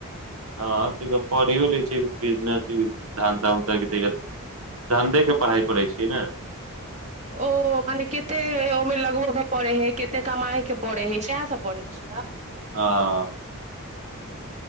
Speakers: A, on the right; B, on the right.
A: हँ त पढ़ियो लै छ बिजनेस धन्धा उन्धा त धन्धे के पढ़ाइ करै छिय ने
B: ओ मने कते ओहिमे लगभो पड़े हय कते कमाायके पड़े हय सएह सभ बढ़े छै
A: ह